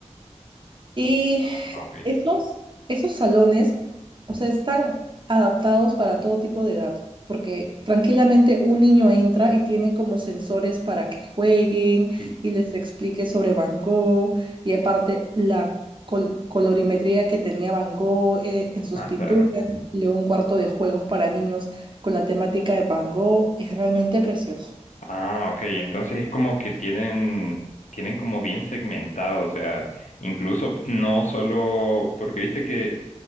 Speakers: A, on the right (about 40°); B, on the left (about 80°).
A: Y
B: ah, ok.
A: esos, esos salones, o sea, están adaptados para todo tipo de edad, porque tranquilamente un niño entra y tiene como sensores para que jueguen
B: Sí.
A: y les explique sobre Van Gogh y aparte la col- colorimetría que tenía Van Gogh eh, en sus
B: Ah,
A: pinturas
B: claro.
A: y luego un cuarto de juegos para niños con la temática de Van Gogh es realmente precioso.
B: Ah, ok, entonces es como que tienen, tienen como bien segmentado, o sea, incluso no solo, porque viste que